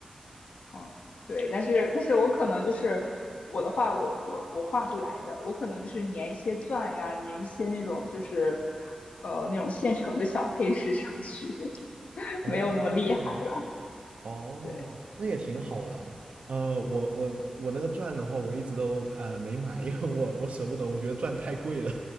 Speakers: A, on the left (about 85°); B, on the right (about 65°).
A: 嗯，对，但是但是我可能就是我的话，我我我画不来的，我可能就是粘一些钻呀，粘一些那种就是呃那种现成的小配饰上去，<laughs>
B: 哦，
A: 没有那么厉害了。
B: 哦，
A: 对
B: 那也挺好的啊。呃，我我我那个钻的话，我一直都呃没买，因为我我舍不得，我觉得钻太贵了，